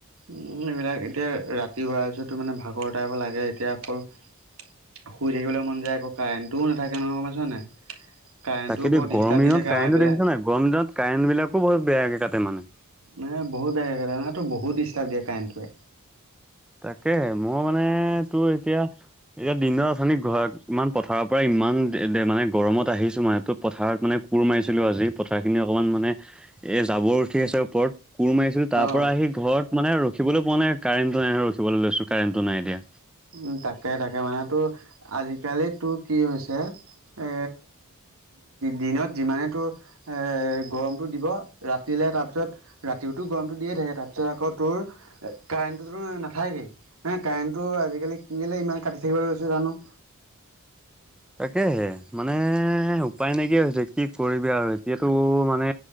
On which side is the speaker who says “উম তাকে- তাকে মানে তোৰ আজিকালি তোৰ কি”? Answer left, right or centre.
Right